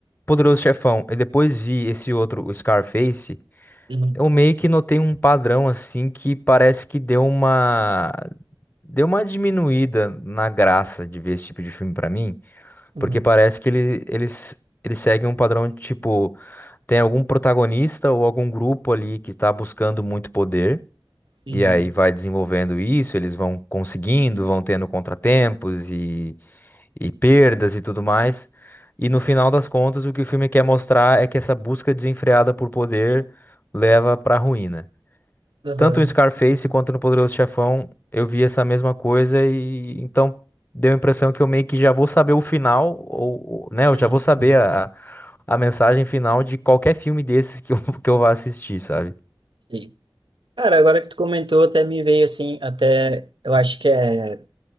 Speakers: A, on the left; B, on the right.
A: Poderoso Chefão e depois vi esse outro, o Scarface,
B: uhum,
A: eu meio que notei um padrão assim que parece que deu uma. Deu uma diminuída na graça de ver esse tipo de filme pra mim,
B: uhum,
A: porque parece que ele, eles, eles seguem um padrão de tipo, tem algum protagonista ou algum grupo ali que tá buscando muito poder,
B: uhum,
A: e aí vai desenvolvendo isso, eles vão conseguindo, vão tendo contratempos e, e perdas e tudo mais. E no final das contas, o que o filme quer mostrar é que essa busca desenfreada por poder leva pra ruína.
B: aham,
A: Tanto no Scarface
B: uhum,
A: quanto no Poderoso Chefão, eu vi essa mesma coisa e então deu a impressão que eu meio que já vou saber o final, ou, ou- né, eu
B: uhum.
A: já vou saber
B: uhum.
A: a, a mensagem final de qualquer filme desses que eu, <laughs> que eu vá assistir, sabe?
B: Sim. Cara, agora que tu comentou, até me veio assim, até eu acho que é.